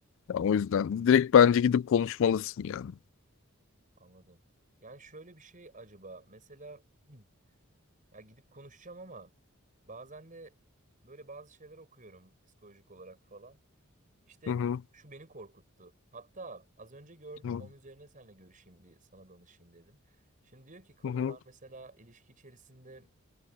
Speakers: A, on the left (about 65°); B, on the right (about 40°).
A: Ya o yüzden direkt bence gidip konuşmalısın yani.
B: anladım. Yani şöyle bir şey acaba mesela <clears throat> ya gidip konuşacağım ama bazen de böyle bazı şeyler okuyorum psikolojik olarak falan. İşte
A: Hı hı.
B: şu beni korkuttu. Hatta az önce gördüm
A: Hı hı.
B: onun üzerine seninle görüşeyim bir sana danışayım dedim. Şimdi diyor ki kadınlar
A: Hı hı.
B: mesela ilişki içerisinde